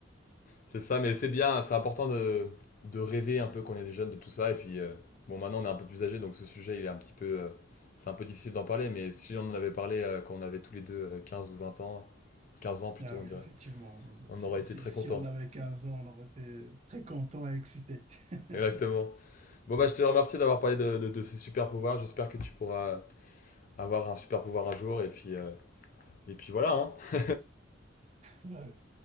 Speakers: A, on the left; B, on the right.
A: C'est ça, mais c'est bien, c'est important de, de rêver un peu quand on est jeune de tout ça. Et puis, euh, bon, maintenant on est un peu plus âgé, donc ce sujet, il est un petit peu, euh, c'est un peu difficile d'en parler. Mais si on en avait parlé euh, quand on avait tous les deux euh, 15 ou 20 ans, 15 ans plutôt,
B: Ah
A: on
B: oui,
A: dirait,
B: effectivement, euh,
A: on
B: si,
A: aurait été
B: si,
A: très
B: si
A: contents.
B: on avait 15 ans, on aurait été très content et excité.
A: Exactement.
B: <laughs>
A: Bon, bah, je te remercie d'avoir parlé de, de- de ces super pouvoirs. J'espère que tu pourras avoir un super pouvoir un jour. Et puis, euh, et puis voilà, hein.
B: Bah oui.